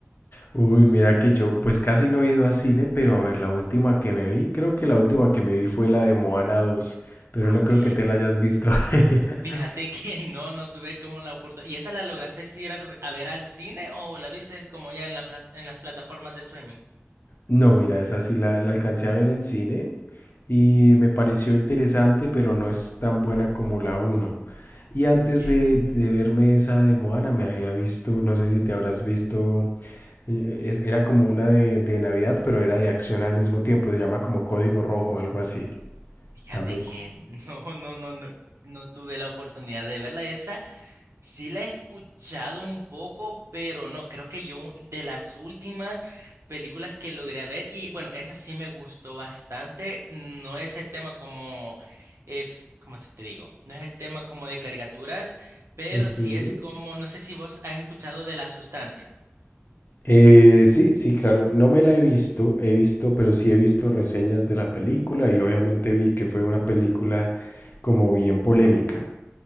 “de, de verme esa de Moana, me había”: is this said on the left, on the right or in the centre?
Left